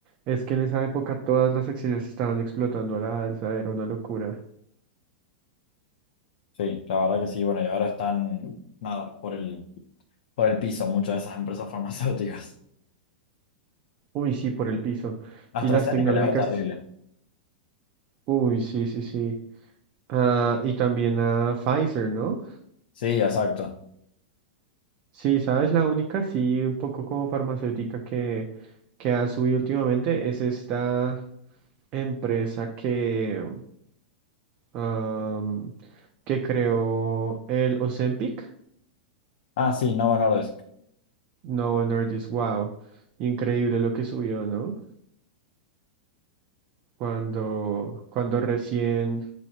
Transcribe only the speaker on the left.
Sí, la verdad que sí, bueno, y ahora están, nada, por el, por el piso muchas de esas empresas <laughs> farmacéuticas.
AstraZeneca
le va terrible.
Sí, exacto.
Ah, sí, Novo Nordisk.